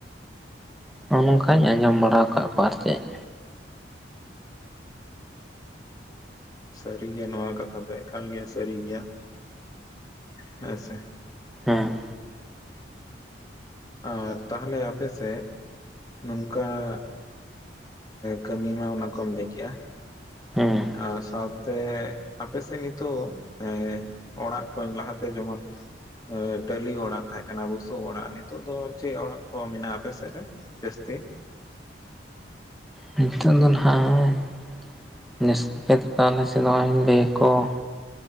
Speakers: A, in the centre; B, on the left.
A: ᱱᱚᱜᱼᱚ ᱱᱚᱝᱠᱟᱧ
B: ᱦᱮᱸ
A: ᱟᱸᱡᱚᱢ ᱵᱟᱲᱟᱣ ᱟᱠᱟᱫ ᱠᱚᱣᱟ ᱟᱨ ᱪᱮᱫ ᱾
B: ᱥᱟᱹᱨᱤ ᱜᱮᱭᱟ ᱱᱚᱣᱟ ᱠᱟᱛᱷᱟ ᱫᱚ ᱮᱠᱟᱞ ᱜᱮ ᱥᱟᱹᱨᱤ ᱜᱮᱭᱟ ᱦᱮᱸ ᱥᱮ ᱾
A: ᱦᱮᱸ ᱾
B: ᱟᱨ ᱛᱟᱦᱚᱞᱮ ᱟᱯᱮ ᱥᱮᱫ ᱱᱚᱝᱠᱟ ᱼᱼ ᱠᱟᱹᱢᱤ ᱢᱟ ᱚᱱᱟ ᱠᱚᱢ ᱞᱟᱹᱭ ᱠᱮᱜᱼᱟ ᱾
A: ᱦᱮᱸ ᱾
B: ᱟᱨ ᱥᱟᱶᱛᱮ ᱟᱯᱮ ᱥᱮᱫ ᱱᱤᱛᱚᱜ ᱮᱸᱼᱼ ᱚᱲᱟᱜ ᱠᱚ ᱞᱟᱦᱟᱛᱮ ᱡᱮᱢᱚᱱ ᱼᱼ ᱴᱟᱹᱞᱤ ᱚᱲᱟᱜ ᱛᱟᱦᱮᱸ ᱠᱟᱱᱟ ᱵᱩᱥᱩᱵ ᱚᱲᱟᱜ ᱱᱤᱛᱚᱜ ᱫᱚ ᱪᱮᱫ ᱚᱲᱟᱜ ᱠᱚ ᱢᱮᱱᱟᱜᱼᱟ ᱟᱯᱮ ᱥᱮᱫ ᱨᱮ? ᱡᱟᱹᱥᱛᱤ?
A: ᱱᱤᱛᱚᱜ ᱫᱚ ᱱᱚᱜᱼᱚᱭ ᱼᱼ ᱡᱟᱹᱥᱛᱤ ᱠᱟᱭᱛᱮ <unintelligible> ᱵᱮ ᱠᱚ ᱼᱼ